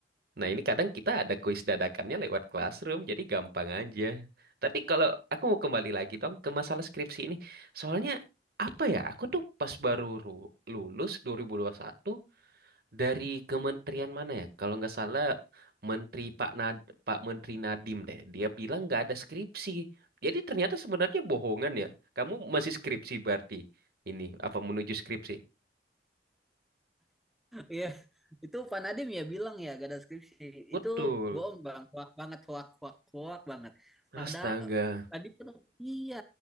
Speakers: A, on the right; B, in the centre.
A: Nah, ini kadang kita ada kuis dadakannya lewat classroom, jadi gampang aja. Tapi kalau aku mau kembali lagi dong ke masalah skripsi ini. Soalnya apa ya? Aku tuh pas baru ru- lulus 2021 dari kementerian mana ya? Kalau nggak salah Menteri Pak Nad Pak Menteri Nadiem deh. Dia bilang nggak ada skripsi. Jadi ternyata sebenarnya bohongan ya. Kamu masih skripsi berarti. Ini apa menuju skripsi?
B: Iya, itu panadim ya bilang ya gak ada skripsi.
A: Betul.
B: Itu bohong bang, hoak banget, hoak, hoak, hoak banget.
A: Astaga.
B: Pada eh, tadi tuh iya,